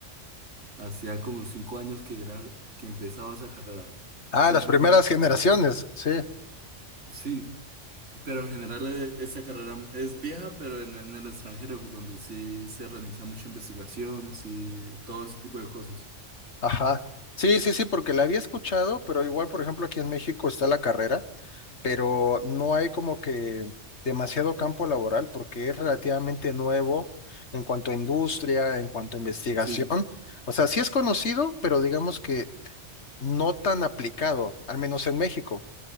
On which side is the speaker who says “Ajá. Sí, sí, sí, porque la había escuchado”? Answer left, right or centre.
Left